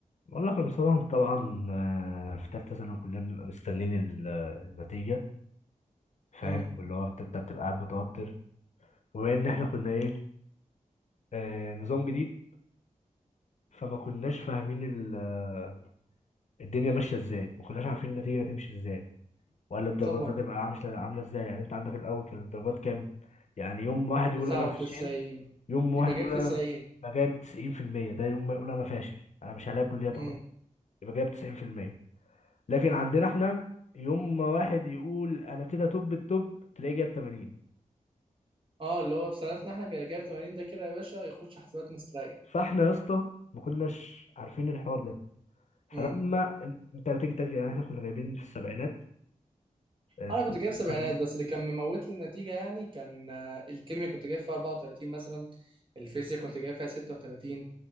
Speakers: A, on the left; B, on the right.
A: بقول لك يا مصطفى طبعا آه، في ثالثه ثانوي كلنا بنبقى مستنيين ال- النتيجه فاهم
B: امم
A: واللي هو بت- انت بتبقى قاعد متوتر وبما ان احنا كنا ايه آه، نظام جديد فما كناش فاهمين ال- آه، الدنيا ماشيه ازاي ما كناش عارفين النتيجه هتمشي ازاي ولا الدرجات
B: طبعا
A: هتبقى عامله عامله ازاي يعني انت عندك الاول كان الدرجات كام يعني يوم واحد يقول
B: 99
A: انا فشل يوم واحد
B: يبقى جاب
A: يقول
B: 90
A: انا أنا جايب 90% ده يوم ما يقول انا فاشل انا مش هلاقي كليه تاخد
B: امم
A: يبقى جايب 90% لكن عندنا احنا يوم ما واحد يقول انا كده توب التوب تلاقيه جايب 80
B: اه اللي هو في سنتنا احنا كان جايب 80 ده كده يا باشا يخش حسابات مستريح
A: فاحنا يا اسطى ما كناش عارفين الحوار ده
B: امم
A: فلما ان- انت بتيجي ترجع يعني احنا كنا جايبين في السبعينات آه،
B: انا
A: 79.
B: كنت جايب سبعينات بس اللي كان مموت لي النتيجه يعني كان آه، الكيمياء كنت جايب فيها 34 مثلا الفيزياء كنت جايب فيها 36